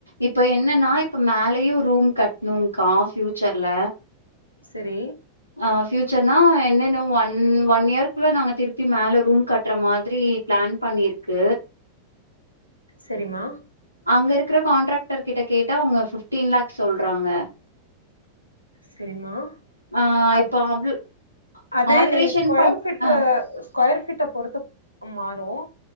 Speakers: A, on the right; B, on the left.
A: இப்ப என்னன்னா இப்ப மேலயும் ரூம் கட்ணுங்கா ஃபியூச்சர்ல
B: சரி
A: ஆ பியூச்சர்னா என்னன்ன ஒன் ஒன் இயர்க்குள்ள நாங்க திருப்பி மேல ரூம்‌ கட்ற மாதிரி பிளான் பண்ணிருக்கு
B: சரி மா
A: அங்க இருக்கற கான்ட்ராக்டர் கிட்ட கேட்டா அவங்க பிப்டீன் லேக்ஸ் சொல்றாங்க
B: சரிமா
A: ஆ
B: அது
A: இப்போ அவ்
B: அது
A: ஆல்ட்ரேஷன்
B: நீ ஸ்கொயர்
A: பண்
B: ஃபீட்ல
A: ஆ
B: ஸ்கொயர் பீட்ட பொறுத்து மாறு